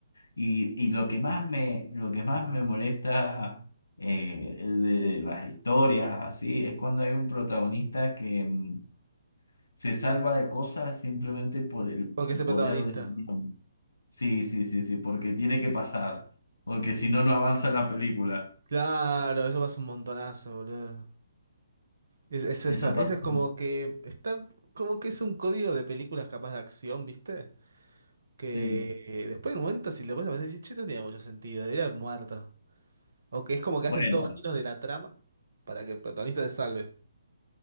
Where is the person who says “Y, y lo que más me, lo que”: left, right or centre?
Left